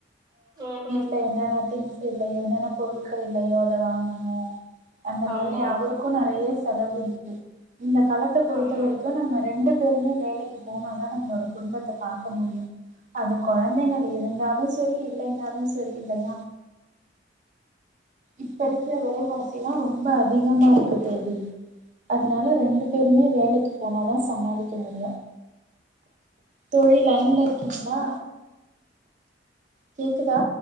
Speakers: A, on the right (about 25°); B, on the right (about 45°).
A: <unintelligible>
B: ட்ல என்னென்ன திங்ஸ் இல்ல என்னென்ன பொருட்கள் இல்லயோ அத வாங்கணு அந்த
A: ஆமா
B: மாதிரி அவரு கு நறைய செலவு இருக்கு இந்த கலத்த பொறுத்த
A: ஆமா
B: வரைக்கு நம்ம ரெண்டு பேருமே வேலைக்கு போனதா நம்ளோட குடும்பத்த பாக்க முடியு அது கொழந்தைகள் இருந்தாலு சேரி இல்லைனாலு சேரி இல்லயா இப்ப இருக்கிற வெலைவாசிலா ரொம்ப அதிகமா இருக்கு தோழி அதனால ரெண்டு பேருமே வேலைக்கு போனதா சமாளிக்க முடியு தோழி லைன்ல இர் கிங்ளா கேக்குதா